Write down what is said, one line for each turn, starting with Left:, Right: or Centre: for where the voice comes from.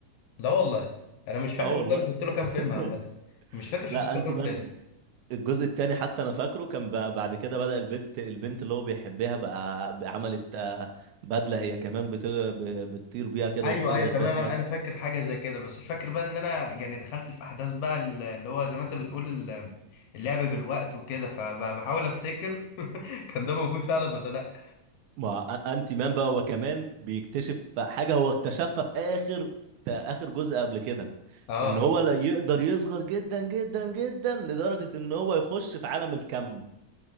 Left: لا والله انا مش فاكر
Right: اه
Left: والله
Right: والله
Left: انا شفت له كام
Right: <laughs>
Left: فيلم عامه مش فاكر شفت
Right: لا
Left: له
Right: انتي
Left: كام
Right: مان
Left: فيلم
Right: الجزء التاني حتى انا فاكره كان بقى بعد كده بدأ البنت البنت اللي هو بيحبها بقى بقى عملت آه، بدلة هي كمان بت- ب- بتطير بيها كده
Left: ايوه
Right: وبتصغر
Left: ايوه تماما
Right: بيها اسمها
Left: انا فاكر حاجه زي كده بس مش فاكر بقى ان انا يعني دخلت في احداث بقى ال- اللي هو زي ما انت بتقول ال- اللعب بالوقت وكده فبحاول افتكر <laughs> كان ده موجود فعلا ولا لا
Right: ما أ- انتي مان بقى هو كمان بيكتشف حاجه هو اكتشفها في اخر تا- اخر جزء قبل كده
Left: اه
Right: ان هو لا يقدر يصغر جدا جدا جدا لدرجه ان هو يخش في عالم الكم